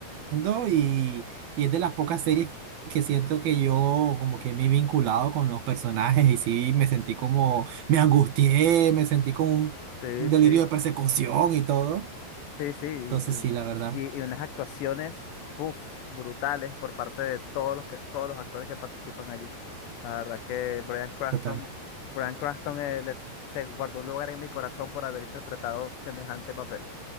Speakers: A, on the right; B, on the left.
A: viendo y, y es de las pocas series que siento que yo como que me he vinculado con los personajes y sí me sentí como, me angustié, me sentí como un
B: Sí,
A: delirio
B: sí,
A: de persecución y todo.
B: sí, sí. Y,
A: Entonces sí, la verdad,
B: y, y- y unas actuaciones, puff, brutales por parte de todos los que, todos los actores que participan allí. La verdad que Bryan Cranston,
A: totalmente,
B: Bryan Cranston eh, le- se guardó un lugar en mi corazón por haber interpretado semejante papel,